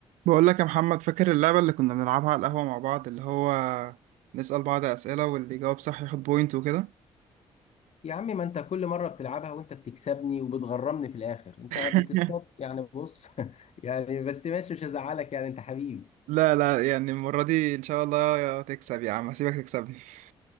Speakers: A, on the right; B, on the left.
A: بقول لك يا محمد فاكر اللعبة اللي كنا بنلعبها على القهوة مع بعض اللي هو نسأل بعض أسئلة واللي يجاوب صح ياخد بوينت وكده
B: يا عم ما انت كل مرة بتلعبها وانت بتكسبني وبتغرمني في الاخر انت
A: <laughs>
B: بتصطاد يعني بص <laughs> يعني بس ماشي مش هزعلك يعني انت حبيبي
A: لا لا يعني المرة دي إن شاء الله يا تكسب يا عم هسيبك تكسبني <laughs>